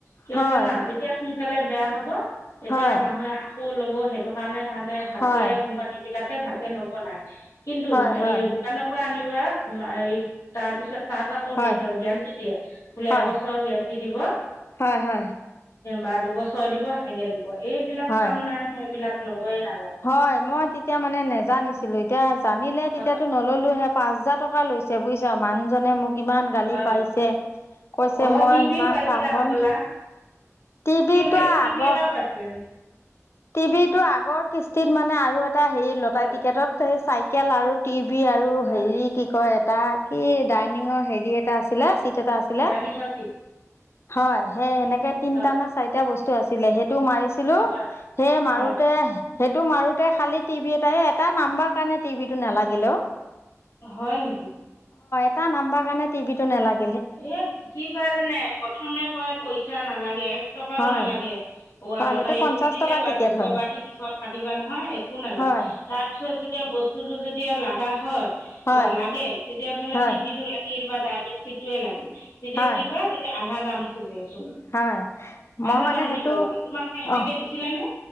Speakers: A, on the left; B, on the left.
A: কিয়
B: হয়
A: জানা তেতিয়া সোনকালে বেয়া হব তেতিয়া
B: হয়
A: মানুহে আকৌ লব সেইটো কাৰণে তাহতে ভালকে
B: হয়
A: কোম্পানী বিলাকে ভালকে নবনাই কিন্তু
B: হয় হয়
A: সেই দোকানৰ আনিবা হেৰি তাৰ পিছত তাত আকৌ
B: হয়
A: হেৰি গেৰাণ্টি দিয়ে বোলে
B: হয়
A: এবছৰৰ গেৰাণ্টি দিব
B: হয় হয়
A: বা দুবছৰ দিব সেনেকে দিব এইবিলাক
B: হয়
A: কাম নাই নহয় এইবিলাক লব এই না
B: হয় মই তেতিয়া মানে নেজানিছিলো এতিয়া জানিলে
A: হয়
B: তেতিয়াতো নললো হে পাঁচ হাজাৰ টকা লৈছে বুজিছা মানুহজনে মোক কিমান গালি
A: হয়
B: পাইিছে
A: নেকি
B: কৈছে
A: অ
B: মই
A: টিভিও
B: ইমান
A: পাইছিলা
B: কাম
A: হবলা
B: বন টিভিটো
A: টিভি
B: আগৰ
A: টিভি এটাও পাইছিলা নেকি
B: টিভিটো আগৰ কিস্তিত মানে, আৰু এটা হেৰি লতাৰি
A: হয়
B: টিকেটত <unintelligible> চাইকেল আৰু টি ক আৰু
A: হয়
B: হেৰি কি কয় এটা কি ডাইনিঙৰ হেৰি এটা আছিলে টিট এটা আছিলে।
A: ডাইনিঙৰ চিট
B: হয় হে এনেকে তিনটা
A: হয়
B: না চাৰি বস্তু আছিলে। টো মাৰিছিলো,
A: হয়
B: সেই মাৰোতে।
A: হয়
B: সেইটো মাৰোতে খালি টিভি এটাই, এটা নাম্বাৰ কাৰণে টিভিটো নেলাগিল অহ,।
A: হয় নেকি?
B: এটা নাম্বাৰ কাৰণে টিভিটো নেলাগিল।
A: এ কি কয় জানে প্ৰথমে কয় পইচা নালাগে এক টকাও
B: হয়
A: নালাগে অ'
B: হয়
A: আৰু লতাৰিটো
B: সেইটো পঞ্চাশ
A: কাটি।
B: টকাৰ
A: কেবা
B: টিকেট
A: দুশ
B: হয়
A: বা তিনিশ কাটিবা নহয়, একো নালাগে
B: হয়
A: তাৰ পিছত যেতিয়া বস্তুতটো যেতিয়া লাগ। লাগা হয়।
B: হয়
A: লাগে তেতিয়া ধৰিলে
B: হয়
A: টিভিটো লাগিল বা ডাইনিং চিট এই লাগিল। তেতিয়া
B: হয়
A: কি কৰে, তেতিয়া আধা দাম খোজে। চোন
B: হয়। মই
A: আধা
B: মানে
A: দাম
B: সেইটো,
A: দিব লাগে তোমালোকে সেনেকে
B: অহ,।
A: দিছিলা নে